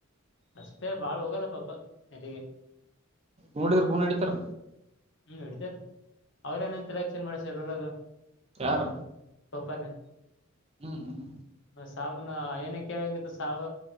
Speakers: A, on the left; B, on the right.
A: ಅಷ್ಟೇ ಬಾಳ್ ಹೋಗಲ್ಲ ಪಾಪ ನೆಲ್ಲಿಗೆ
B: ನೋಡಿದರು ಫೋನ್ ಹಡಿತಾರೆ
A: ಹ್ಮ್ ನೆಡಿತೈತೆ ಅವ್ರೇಏನೇನ್ ಇಂಟಕ್ಷನ್ ಮಾಡ್ಸರ ರೋಲ್ ಹಾಗ
B: ಯಾರ
A: ಪಾಪನೆ
B: ಹ್ಮ್ ಹ್ಮ್
A: ಸಾಬನ ಏನ ಕೇಳಂಗಿತ್ತು ಸಾ